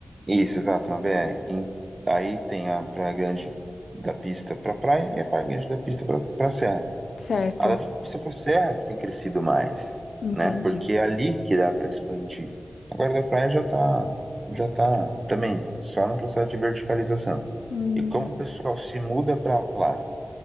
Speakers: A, on the right; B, on the left.
A: isso, exato, na BR. Em- aí tem a Praia Grande da pista para praia e a Praia Grande da pista para para serra.
B: Certo,
A: A da pista para serra que tem crescido mais,
B: entendi.
A: né? Porque é ali que dá para expandir. Agora da praia já tá, já tá também só no processo de verticalização.
B: Hum.
A: E como o pessoal se muda para lá